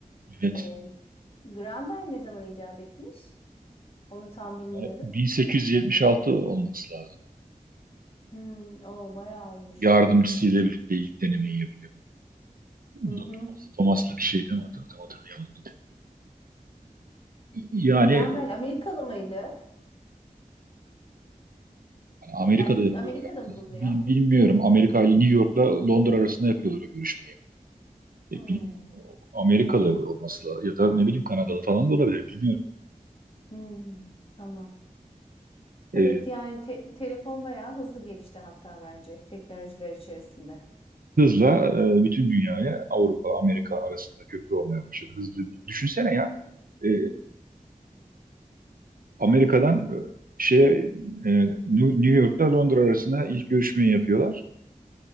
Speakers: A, on the right; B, on the left.
A: Evet.
B: E, Graham Bell ne zaman icat etmiş? Onu tam bilmiyorum.
A: Yani 1876 olması lazım.
B: Hmm, o bayağı olmuş.
A: Yardımcısıyla birlikte ilk denemeyi yapıyor. Bu
B: Hı hı.
A: da Thomas- Thomas'lı bir şey değil mi? Hat- Tam hatırlayamadım. Yani yani
B: Graham Bell Amerikalı mıydı?
A: Amerika'da
B: Yani ilk
A: yapıyorlar.
B: Amerika'da mı bulunuyor?
A: Bil- Bilmiyorum. Amerika ile New
B: Hı.
A: York'la Londra arasında yapıyorlar o görüşmeyi.
B: Hmm,
A: E, bilmiyorum. Amerikalı olması lazım. Ya da ne bileyim Kanadalı falan da olabilir. Bilmiyorum.
B: hmm, Tamam.
A: E,
B: Evet yani te- telefon bayağı hızlı gelişti hatta bence teknolojiler içerisinde.
A: hızla e, bütün dünyaya Avrupa, Amerika arasında köprü olmaya başladı. Hızlı düşünsene ya e, Amerika'dan e, şeye e, New York'ta Londra arasında ilk görüşmeyi yapıyorlar.